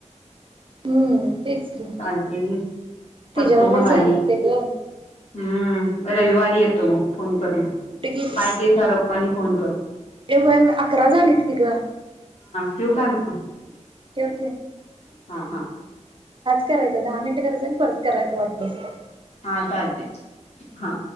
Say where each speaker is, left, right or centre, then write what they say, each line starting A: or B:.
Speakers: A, on the right; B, on the left.
A: हम्म तेच की
B: ल ते
A: तिच्याबरोबरच
B: परतो मगणी
A: यायला लागते ग
B: <unintelligible> हम्म रविवारी येतो मग फोन कर
A: कुठे गेलीस
B: काय ते ठरव आणि फोन कर
A: ए होय होय अकरा झालीत की ग
B: ठिव काय मग
A: ठेव दहाच
B: हा हा
A: करायचं दहा मिनिट करायचं आणि परत करायचं वाटलस तर
B: हा चालतंय हा